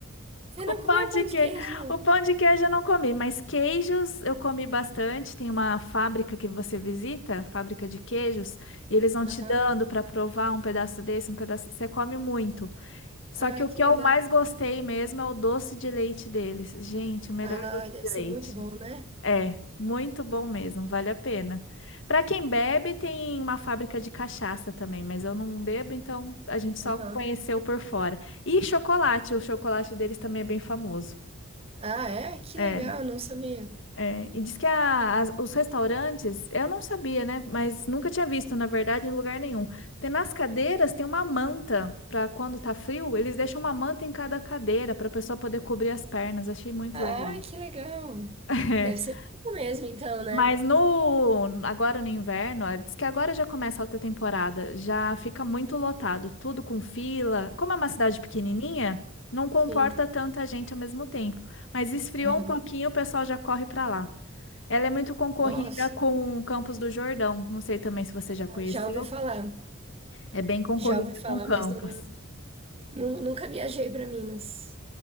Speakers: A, on the right; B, on the left.
A: Você
B: O
A: não
B: pão
A: comeu
B: de
A: pão
B: queijo,
A: de queijo?
B: o pão de queijo eu não comi, mas queijos eu comi bastante. Tem uma fábrica que você visita, fábrica de queijos, e eles vão te
A: Aham.
B: dando para provar um pedaço desse, um pedaço. Você come muito. Só
A: Ah,
B: que o que
A: que legal.
B: eu mais gostei mesmo é o doce de leite deles. Gente, o melhor
A: Ah,
B: doce
A: deve
B: de
A: ser
B: leite.
A: muito bom, né?
B: É, muito bom mesmo, vale a pena. Para quem bebe, tem uma fábrica de cachaça também, mas eu não bebo, então a gente só
A: Aham.
B: conheceu por fora. E chocolate, o chocolate deles também é bem famoso.
A: Ah, é? Que
B: É,
A: legal, não sabia.
B: é. E diz que a- as- os restaurantes, eu não sabia, né? Mas nunca tinha visto, na verdade, em lugar nenhum. Tem nas cadeiras tem uma manta para quando tá frio, eles deixam uma manta em cada cadeira para a pessoa poder cobrir as pernas. Achei muito
A: Ai,
B: legal.
A: que legal.
B: <laughs>
A: Deve ser fofo mesmo, então, né?
B: Mas no agora no inverno, ó, diz que agora já começa a alta temporada, já fica muito lotado, tudo com fila. Como é uma cidade pequenininha, não comporta
A: Sim.
B: tanta gente ao mesmo tempo. Mas esfriou
A: Aham.
B: um pouquinho, o pessoal já corre para lá. Ela é muito concorrida
A: Nossa,
B: com Campos do Jordão. Não sei também se você
A: Ah,
B: já conheceu.
A: já ouvi falar.
B: É bem concorrida
A: Já ouvi falar,
B: com Campos.
A: mas não, nu- nunca viajei para Minas.